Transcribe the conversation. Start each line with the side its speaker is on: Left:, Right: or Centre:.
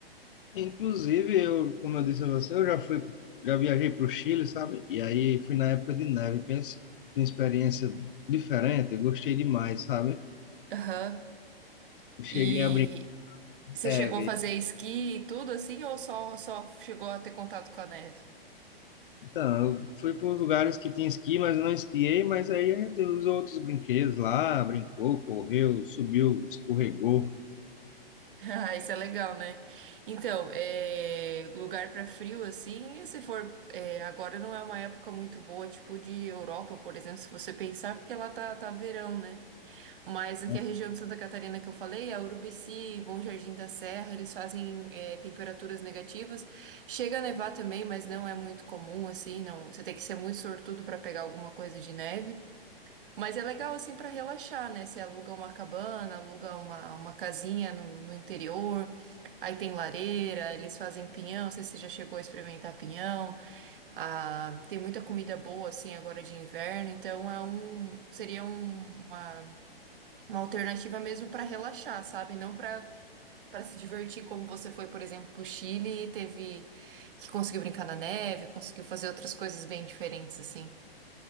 Left: Inclusive, eu, como eu disse a você, eu já fui, já viajei para o Chile, sabe? E aí fui na época de neve, pense, uma experiência diferente, eu gostei demais, sabe?
Right: Aham.
Left: Cheguei
Right: E
Left: a brincar. de
Right: você
Left: neve.
Right: chegou a fazer esqui e tudo assim, ou só, só chegou a ter contato com a neve?
Left: Então, eu fui para os lugares que tinha esqui, mas eu não esquiei, mas aí a gente usou outros brinquedos lá, brincou, correu, subiu, escorregou.
Right: <laughs> Ah, isso é legal, né? Então, é, lugar pra frio assim, se for é, agora não é uma época muito boa, tipo de Europa, por exemplo, se você pensar, porque lá tá, tá verão, né? Mas aqui
Left: né?
Right: a região de Santa Catarina que eu falei, a Urubici, Bom Jardim da Serra, eles fazem é, temperaturas negativas. Chega a nevar também, mas não é muito comum assim, não. Você tem que ser muito sortudo pra pegar alguma coisa de neve. Mas é legal assim para relaxar, né? Você aluga uma cabana, aluga uma, uma casinha no, no interior, aí tem lareira, eles fazem pinhão, não sei se você já chegou a experimentar pinhão. Ah, tem muita comida boa assim agora de inverno, então é um seria um- uma, uma alternativa mesmo para relaxar, sabe? Não para para se divertir como você foi, por exemplo, pro Chile e teve que conseguiu brincar na neve, conseguiu fazer outras coisas bem diferentes assim.